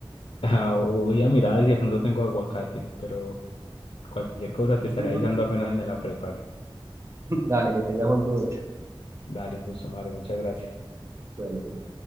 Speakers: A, on the left; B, on the right.
A: Ah, voy a mirar si de pronto tengo aguacate, pero cualquier cosa te
B: <laughs>
A: estaré avisando apenas me la prepare.
B: Dale, que tengas buen provecho.
A: Dale, un gusto, Mario. Muchas gracias.
B: Dale,